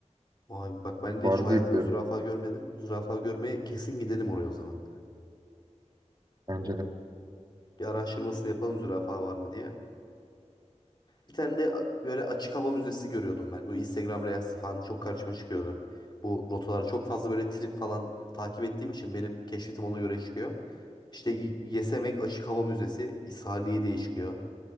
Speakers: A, on the left (about 35°); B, on the right (about 35°).
A: Vay bak ben de
B: var
A: hiç hayatımda
B: diye biliyorum
A: zürafa görmedim. Zürafa görmeye kesin gidelim oraya o zaman.
B: bence de.
A: Bir araştırmasını yapalım zürafa var mı diye. Bir tane de böyle açık hava müzesi görüyordum ben. Bu Instagram Reels'te falan çok karşıma çıkıyordu. Bu rotalar çok fazla böyle trip falan takip ettiğim için benim keşfetim ona göre çıkıyor. İşte Y- Yesemek Açık Hava Müzesi İshaliye diye çıkıyor.